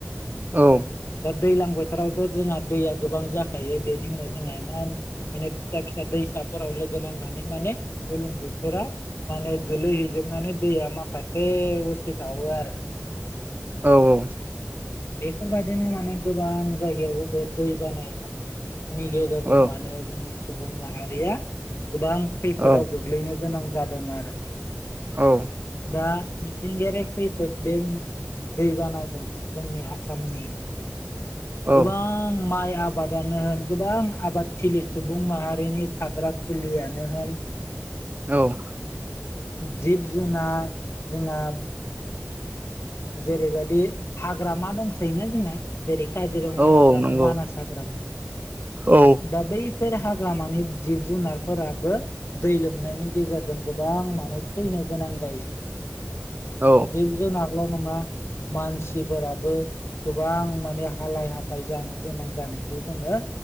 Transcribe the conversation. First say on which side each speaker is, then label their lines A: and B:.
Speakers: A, on the right (about 40°); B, on the left (about 70°).
A: औ।
B: दा दैज्लां बोथोरावथ' जोंहा दैया। गोबां जाखायो बेनि उनाव जोंहा इमान माने फिसा फिसा दैसाफोराव लोगो नांनानै माने। बुरलुंबोथोराव। माने गोलैहैजोबनानै दैया माखासे उसिफावो आरो।
A: औ औ।
B: बेफोर बायदिनो माने गोबां जायगायाव बे दै बानाया। नि गेजेरजों
A: औ
B: माने जोंनि सुबुं माहारिया गोबां खैफोदाव
A: औ
B: गोग्लैनो गोनां। जादों आरो।
A: औ।
B: दा मिथिंगायारि खैफोद बे दैबानाजों जोंनि आसामनि।
A: औ
B: गोबां माइ। आबादानो होन गोबां आबादथिलि सुबुं माहारिनि थाग्रा खुलियानो होन। <inaudible>
A: औ।
B: जिब जुनार जोंहा। जेरैबायदि हाग्रामा दंसै ना जोंना जेरै। काजिरङा
A: औ
B: हाग्रामा
A: नंगौ
B: मानास हाग्रामा
A: औ
B: दा बै। हाग्रामानि जिब जुनारफोराबो दै लोमनायनि गेजेरजों गोबां मान थैनो। गोनां जायो
A: औ
B: दा जिब जुनारल' नङा। मानसिफोराबो। गोबां माने हालाय हाफाय जानो गोनां जानायखौ जोङो।